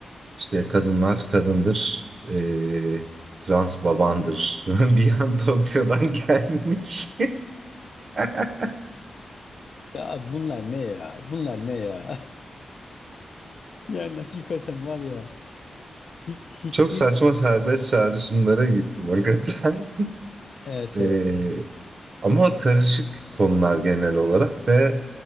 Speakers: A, on the right (about 55°); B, on the left (about 60°).
A: İşte, kadınlar kadındır, eee, trans babandır. <laughs> Bir an Tokyo'dan gelmiş. <laughs>
B: Ya bunlar ne ya? Bunlar ne ya? <laughs> Yani hakikaten var ya hiç hiçbir,
A: Çok saçma
B: i
A: serbest çağrışımlara gittim hakikaten. <laughs>
B: evet,
A: Eee,
B: evet.
A: ama karışık konular genel olarak ve,